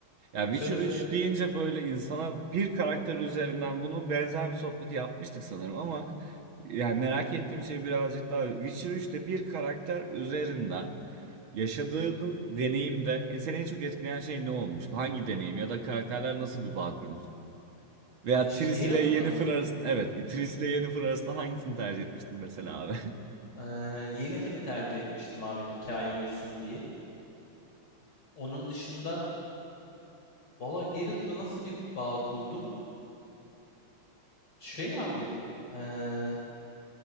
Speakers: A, on the right (about 90°); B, on the left (about 60°).
A: ya
B: Söyle
A: Witcher 3
B: söyle.
A: deyince böyle insana bir karakter üzerinden bunu benzer bir sohbeti yapmıştık sanırım ama yani merak ettiğim şey birazcık daha Witcher 3'te bir karakter üzerinden yaşadığınız deneyimde e, seni en çok etkileyen şey ne olmuştu? Hangi deneyim ya da karakterler nasıl bir bağ kurmuştu? Veya
B: Witcher
A: Triss
B: Geralt'la
A: ile Yennefer
B: mı?
A: arasında evet Triss ile Yennefer arasında hangisini tercih etmiştin mesela abi?
B: Ee, Yennefer'ı tercih etmiştim abi hikaye uysun diye. Onun dışında valla Geralt'la nasıl bir bağ kurdum? Şey abi ee,